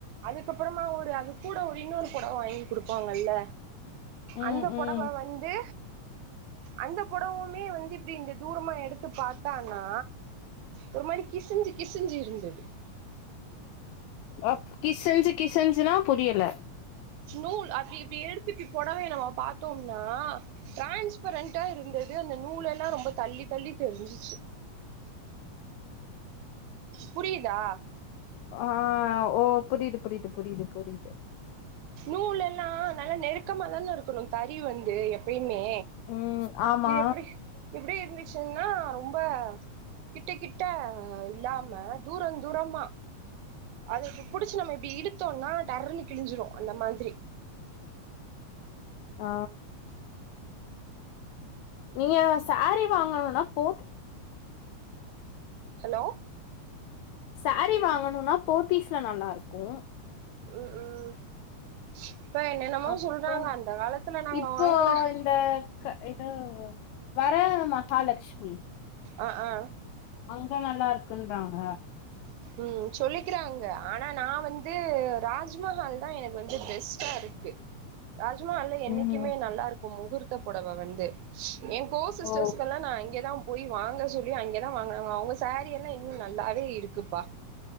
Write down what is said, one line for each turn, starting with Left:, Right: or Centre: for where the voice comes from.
Right: அதுக்குக்கப்பறமா ஒரு அது கூட ஒரு இன்னொரு பொடவ வாங்கி குடுப்பாங்கல்ல
Left: ம்
Right: அந்த பொடவ
Left: ம்
Right: வந்து அந்த பொடவூமே வந்து இப்டி இந்த தூரமா எடுத்து பாத்தானா ஒரு மாரி கிசிஞ்சு கிசிஞ்சு இருந்துது
Left: அ கிசிஞ்சு கிசிஞ்சுன்னா புரியல
Right: நூல் அப்டி இப்டி எடுத்துட்டு பொடவய நமோ பாத்தோன்னா டிரான்ஸ்பரண்டா இருந்துது அந்த நூலல்லா ரொம்ப தள்ளி தள்ளி தெரிஞ்சுச்சு புரியுதா
Left: ஆ ஓ புரிது புரிது புரிது புரியுது
Right: நூலல்லா நல்லா நெருக்கமா தானருக்கணூ தறி வந்து எப்பயூ மே
Left: ம் ஆமா
Right: இது எப்டி எப்டிருந்து சுன்னா ரொம்ப கிட்ட கிட்ட இல்லாம தூரந்தூரமா அது இப்டி புடிச்சு நம்ம இப்டி இழுத்தோன்னா டர்ருனு கிழிஞ்சிரூ அந்த மாரி
Left: ஆ நீங்க சாரி வாங்கணுனா போத்
Right: ஹலோ
Left: சாரி வாங்கணுனா போ்த்தீஸ்ல நல்லாருக்கூ
Right: ம் ம் இப்ப என்னென்னமோ
Left: அப்ப
Right: சொல்றாங்க அந்த காலத்துல நாங்க
Left: இப்போ
Right: வாங்குன
Left: இந்த க ஏதோ வர மஹாலட்சுமி
Right: ஆ ஆ
Left: அங்க நல்லாருக்கூன்றாங்க
Right: ம் சொல்லிக்கிறாங்க ஆனா நா வந்து ராஜ்மஹால் தா எனக்கு வந்து பெஸ்டா இருக்கு ராஜ்மஹால்ல என்னைக்குமே
Left: ம்
Right: நல்லாருக் கூ முகூர்த்த பொடவ வந்து ஏங் கோ சிஸ்டர்ஸ்கெல்லா
Left: ஓ
Right: நா அங்கேதா போய் வாங்க சொல்லி அங்கதா வாங்குனாங்க அவங்க சாரி எல்லா இன்னூ நல்லாவே இர்க்குப்பா